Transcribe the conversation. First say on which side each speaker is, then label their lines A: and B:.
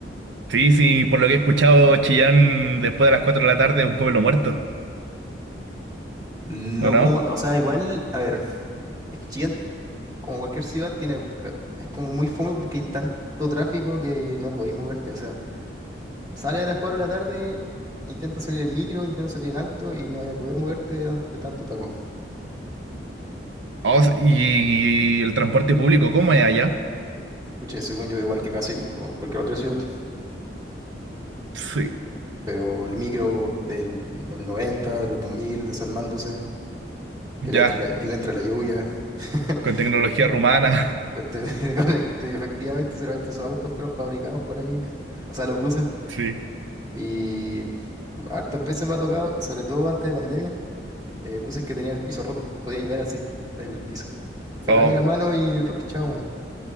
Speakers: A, on the right; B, on the right.
A: Sí, sí, por lo que he escuchado, Chillán después de las 4 de la tarde es un pueblo muerto.
B: No
A: ¿O no?
B: como, o sea, igual, a ver, es que Chillán como cualquier ciudad, tiene, es como muy fome porque hay tanto tráfico que no podéis moverte. O sea, sale a las 4 de la tarde, intenta salir en micro, intenta salir en auto y no vas a poder moverte de, tan- de tanto taco.
A: Oh, s- y, y el transporte público, ¿cómo es allá?
B: Pucha, según yo, igual que casi cu- o cualquier otra ciudad,
A: Sí.
B: pero el micro de los 90, de los 2000 desarmándose,
A: Ya,
B: que le entra la, que le entra la lluvia. <laughs>
A: con tecnología rumana. <laughs>
B: con- te- <laughs> con- te- Efectivamente, seguramente esos autos fueron fabricados por ahí, <laughs> o sea, los buses.
A: Sí.
B: Y hartas veces me ha tocado, sobre todo antes de pandemia, Eh, puse que tenía el piso roto. Podía llevar así, el piso. Sacaba
A: Oh,
B: ahí la mano y ro- chao, mano.